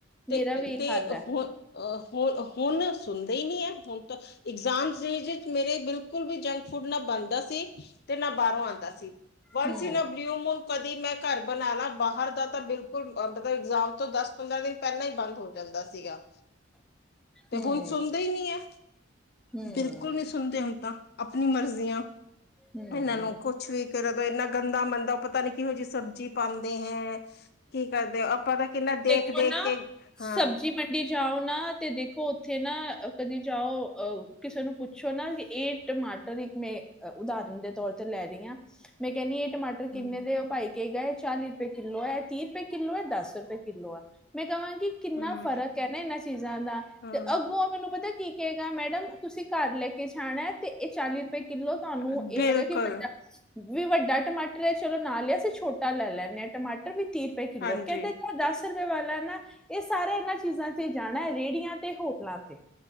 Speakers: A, on the left (about 55°); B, in the centre.
A: ਤੇ
B: ਮੇਰਾ ਵੀ ਇਹ
A: ਤੇ
B: ਹਾਲ ਹੈ
A: ਹੁ ਅ ਹੁ ਹੁਨ ਸੁਨਦੇ ਈ ਨੀ ਏ ਹੁਨ ਤਾਂ ਇਗਜ਼ਾਮ ਚ ਮੇਰੇ ਬਿਲਕੁਲ ਵੀ ਜੰਕ ਫੁਡ ਨਾ ਬਨਦਾ ਸੀ ਤੇ ਨਾ ਬਾਰੋਂ ਆਂਦਾ ਸੀ। ਵਨ
B: ਹੂੰ
A: ਬ ਮੂਨ ਕਦੀ ਮੈਂ ਘਾਰ ਬਨਾ ਲਾ ਬਾਰ ਦਾ ਤਾਂ ਬਿਲਕੁਲ ਮਤਲਬ ਇਗਜ਼ਾਮ ਤੋਂ ਦੱਸ ਪੰਦਰਾਂ ਦਿਨ ਪੈਲਾਂ ਈ ਬੰਦ ਹੋ ਜਾਂਦਾ ਸੀਗਾ, ਤੇ
B: ਹੂੰ
A: ਹੁਨ ਸੁਨਦੇ ਈ ਨਈ ਏ।
B: ਹੂੰ
A: ਬਿਲਕੁਲ ਨੀ ਸੁਨਦੇ ਹੁਨ ਤਾਂ ਆਪਨੀ ਮਰਜ਼ੀਆ
B: ਹੂੰ
A: ਇਨਾਂ ਨੂੰ ਕੁਛ ਕੁਛ ਵੀ ਕਰ ਦੋ ਇੰਨਾ ਗੰਦਾ ਮੰਦਾ ਉ ਪਤਾ ਨੀ ਕਿਹੋ ਜਿਹੀ ਸਬਜ਼ੀ ਪਾਂਦੇ ਹੈ। ਕੀ ਕਰਦੇ ੳ, ਆਪਾਂ ਤਾਂ ਕਿੰਨਾ ਦੇਖ
B: ੳਨਾ
A: ਦੇਖ ਕੇ ਹਾਂ
B: ਸਬਜ਼ ਜੀ ਮੰਡੀ ਜਾਓ ਨਾ ਤੇ ਦੇਖੋ ਉੱਥੇ ਨਾ ਕਦੀ ਜਾਓ ਅਹ ਕਿਸੇ ਨੂੰ ਪੁੱਛੋ ਨਾ ਏ ਟਮਾਟਰ ਇੱਕ ਮੈਂ ਉਦਾਹਰਨ ਦੇ ਤੌਰ ਤੇ ਲੈ ਰਈ ਆਂ, ਮੈਂ ਕੈਂਨੀ ਏ ਟਮਾਟਰ ਕਿੰਨੇ
A: ਹਮ
B: ਦੇ, ਉ ਭਾਈ ਕੇ ਗਾ ਏ ਚਾਲੀ ਰੁਪੈ ਕਿੱਲੋ ਐ। ਤੀ ਰੁਪੇ ਕਿੱਲੋ ਏ, ਦਸ ਰੁਪੇ ਕਿੱਲੋ ਏ ਮੈਂ ਕਵਾਂਗੀ ਕਿੰਨਾ
A: ਹਮ
B: ਫ਼ਰਕ ਐ ਨਾ ਇਨਾਂ ਚੀਜ਼ਾਂ ਦਾ,
A: ਹਾਂ
B: ਤੇ ਅੱਗੋਂ- ਤੁਹਾਨੂੰ ਪਤਾ ਕੀ ਕਏਗਾ ਮੈਡਮ, ਤੁਸੀਂ ਘਾਰ ਲੈ ਕੇ ਜਾਨੈ ਤੇ ਐ ਚਾਲੀ ਰੁਪੇ ਕਿਲੋ ਤੁਆਨੂੰ
A: ਬਿਲਕੁਲ
B: ਏ ਹੈਗਾ ਕਿ ਵੱਡਾ ਵੀ ਵੱਡਾ ਟਮਾਟਰ ਏ ਚਲੋ ਨਾ ਲਿਆ ਅਸੀਂ ਛੋਟਾ ਲੈ ਲੈਂਨੇ ਆਂ ਟਮਾਟਰ ਵੀ ਤੀ ਰੁਪੇ ਕਿੱਲੋ।
A: ਹਾਂਜੀ
B: ਕੈਂਦੇ ਦੱਸ ਵਾਲਾ ਨਾ ਏ ਸਾਰੇ ਇਨਾਂ ਚੀਜ਼ਾਂ ਤੇ ਜਾਣਾ ਰੇੜੀਆਂ ਤੇ ਹੋਟਲਾਂ ਤੇ।